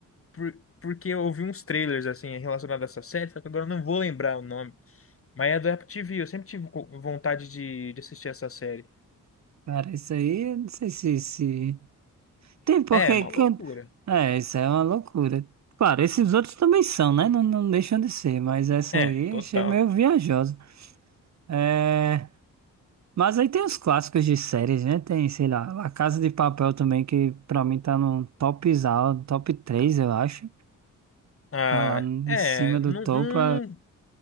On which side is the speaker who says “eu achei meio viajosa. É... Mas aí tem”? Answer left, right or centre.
Right